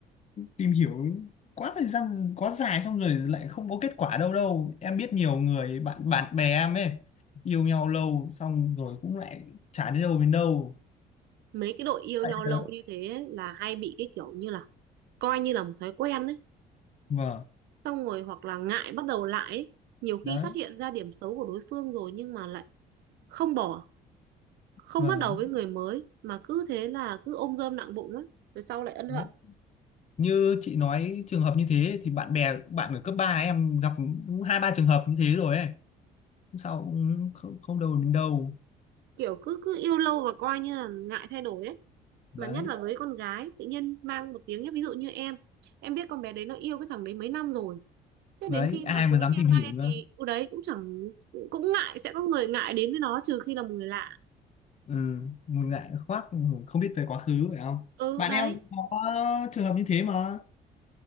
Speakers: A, on the left; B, on the right.
A: tìm hiểu quá thời gian quá dài xong rồi lại không có kết quả đâu đâu em biết nhiều người bạn bạn bè em ấy yêu nhau lâu xong rồi cũng lại chả đến đâu đến đâu
B: mấy cái đội yêu nhau
A: Vậy
B: lâu
A: là-
B: như thế ấy, là hay bị cái kiểu như là coi như là một thói quen đấy.
A: vâng
B: Xong rồi hoặc là ngại bắt đầu lại ấy. Nhiều khi
A: đấy
B: phát hiện ra điểm xấu của đối phương rồi nhưng mà lại không bỏ không
A: vâng
B: bắt đầu với người mới mà cứ thế là cứ ôm rơm nặng bụng ấy rồi sau lại ân
A: đấy
B: hận
A: như chị nói trường hợp như thế thì bạn bè bạn ở cấp 3 em gặp cũng hai ba trường hợp như thế rồi ấy Không sao cũng không, không đâu đến đâu
B: kiểu cứ cứ yêu lâu và coi như là ngại thay đổi ấy
A: đấy
B: mà nhất là với con gái tự nhiên mang một tiếng nhé ví dụ như em em biết con bé đấy nó yêu cái thằng đấy mấy năm rồi thế
A: đấy
B: đến khi
A: ai
B: mà
A: mà
B: chúng
A: dám
B: nó chia
A: tìm hiểu
B: tay
A: nữa
B: thì ừ đấy cũng chẳng cũng ngại sẽ có người ngại đến với nó trừ khi là một người lạ
A: ừ, một ngại khoác ừ, không biết về quá khứ phải không
B: ừ
A: bạn
B: đấy
A: em cũng có trường hợp như thế mà